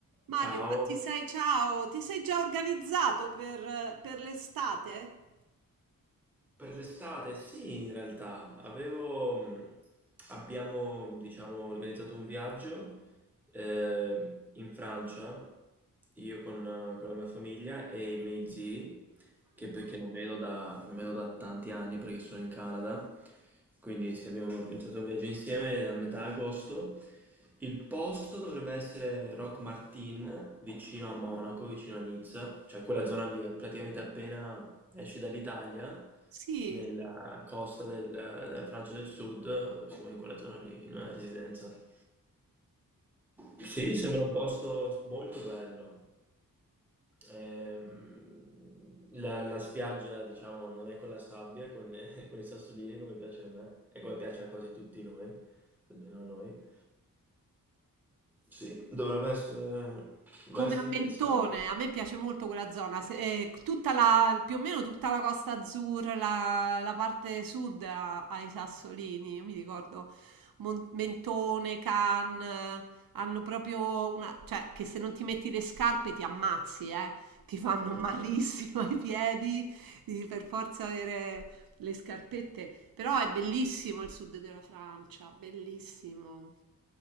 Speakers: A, on the right; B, in the centre.
A: Mario,
B: Ciao,
A: ma ti sei, ciao, ti sei già organizzato per, per l'estate?
B: per l'estate? Sì, in realtà avevo, mh, abbiamo, diciamo, organizzato un viaggio eh, in Francia, io con, con la mia famiglia e i miei zii, che perché non vedo da, non vedo da tanti anni perché sono in Canada, quindi se abbiamo organizzato un viaggio insieme a metà agosto. Il posto dovrebbe essere Rock Martin, vicino a Monaco, vicino a Nizza, cioè quella zona lì, è praticamente appena esci dall'Italia,
A: Sì,
B: nella costa del- della Francia del Sud, insomma in quella zona lì, in una residenza. Sì, sembra un posto molto bello. Ehm, la la spiaggia, diciamo, non è con la sabbia, è con <laughs> è con i sassolini come piace a me e come piace a quasi tutti noi, almeno a noi. Sì, dovrebbe essere, dovrebbe
A: Come
B: essere
A: a Mentone,
B: interessante.
A: a me piace molto quella zona, se- eh, tutta la, più o meno tutta la Costa Azzurra, la, la parte sud ha, ha i sassolini, io mi ricordo Mon- Mentone, Cannes, hanno proprio una, cioè che se non ti metti le scarpe ti ammazzi, eh, ti fanno
B: Mm.
A: malissimo ai piedi, devi per forza avere le scarpette, però è bellissimo il sud della Francia, bellissimo.